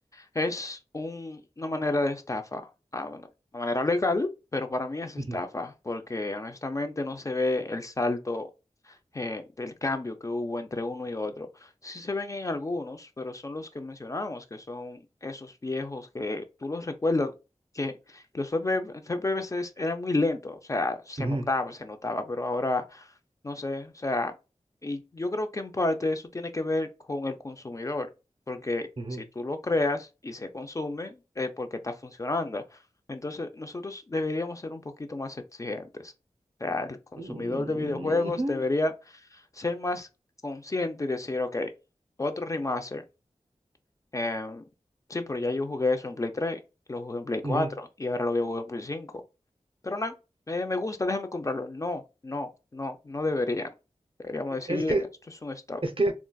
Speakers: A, on the left; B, on the right.
A: Es un- una manera de estafa, Ah, bueno, una manera legal, pero para mí es
B: ujú,
A: estafa, porque honestamente no se ve el salto eh, del cambio que hubo entre uno y otro. Sí se ven en algunos, pero son los que mencionamos, que son esos viejos que tú los recuerdas, que los F P V FP FPVCs eran muy lentos, o sea, se
B: ujú,
A: notaba, se notaba, pero ahora no sé, o sea, y yo creo que en parte eso tiene que ver con el consumidor, porque
B: ujú,
A: si tú lo creas y se consume, es porque está funcionando. Entonces, nosotros deberíamos ser un poquito más exigentes. O sea, el consumidor
B: Mm,
A: de videojuegos
B: ujú,
A: debería ser más consciente y decir, ok, otro remaster. em, sí, pero ya yo jugué eso en Play 3, lo jugué en Play cuatro
B: ujú".
A: y ahora lo voy a jugar en Play 5. Pero nada, eh, me gusta, déjame comprarlo. No, no, no, no debería. Deberíamos
B: Es
A: decir,
B: que,
A: esto es un stop.
B: es que